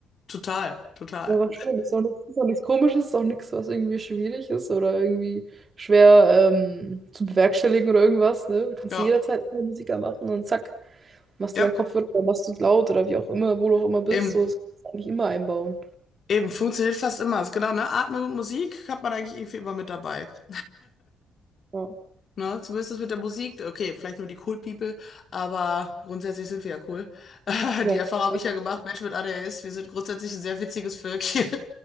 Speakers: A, on the left (about 50°); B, on the right (about 35°).
A: total, total.
B: Ja, war schön. Ist auch nichts, ist auch nichts Komisches, ist auch nichts, was irgendwie schwierig ist oder irgendwie schwer ähm, zu bewerkstelligen oder irgendwas. Ne? Du kannst
A: Ja,
B: jederzeit immer Musiker machen und zack, machst
A: ja,
B: dir deinen Kopfhörer oder machst du es laut oder wie auch immer, wo du auch immer bist.
A: eben.
B: So, das kannst du eigentlich immer einbauen.
A: Eben, funktioniert fast immer. Ist Genau, ne? Atmung und Musik hat man eigentlich irgendwie immer mit dabei. <laughs>
B: Ja,
A: Ne? Zumindest das mit der Musik. Okay, vielleicht nur die Cool People, aber grundsätzlich sind wir ja cool. <laughs>
B: ja,
A: Die Erfahrung habe
B: echt.
A: ich ja gemacht, Mensch mit ADHS, wir sind grundsätzlich ein sehr witziges Völkchen.